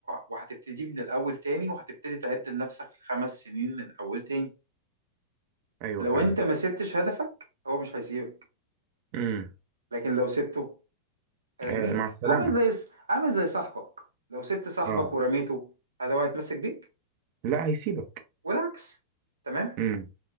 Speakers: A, on the right (about 85°); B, on the right (about 50°).
A: وهتبتدي من الأول تاني وهتبتدي تعد لنفسك خمس سنين من أول تاني
B: ايوه
A: لو
B: فعلا
A: أنت ما سبتش هدفك هو مش هيسيبك
B: امم
A: لكن لو سبته هيرميك
B: آه مع السلامه
A: عامل زي عامل زي صاحبك لو سبت صاحبك
B: اه
A: ورميته هذا هو هيتمسك بيك
B: لا هيسيبك
A: والعكس تمام
B: امم